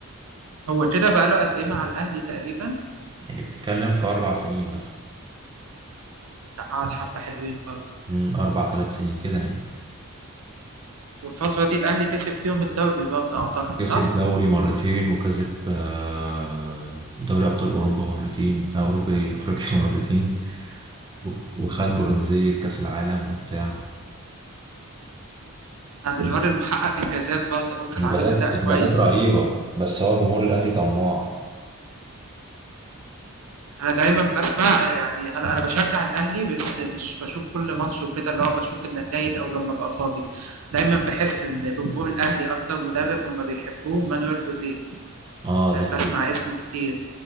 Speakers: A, on the right (about 85°); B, on the right (about 20°).
A: هو كده بقاله قد ايه مع الاهلي تقريبا
B: يعني بتتكلم في اربع سنين مثلا
A: لا قعد حبة حلوين برضه
B: من اربع ثلاث سنين كده يعني
A: والفترة دي الاهلي كسب فيهم الدوري برضه اعتقد
B: كسب
A: صح
B: دوري مرتين وكسب آه، دوري ابطال اوروبا مرتين آه، اوروبا ايه افريقيا <laughs> مرتين و- وخد برونزيه كاس العالم وبتاع
A: يعني الراجل محقق انجازات برضه هو كان
B: انجازات
A: عامل اداء كويس
B: انجازات رهيبه بس هو جمهور الاهلي طماع
A: انا دايما بسمع يعني انا انا بشجع الاهلي بس مش بشوف كل ماتش وكده اللي هو بشوف النتائج او لما ابقى فاضي دايما بحس ان جمهور الاهلي اكتر مدرب هم بيحبوه مانويل جوزيه
B: اه دي حقيقة
A: بسمع اسمه كتير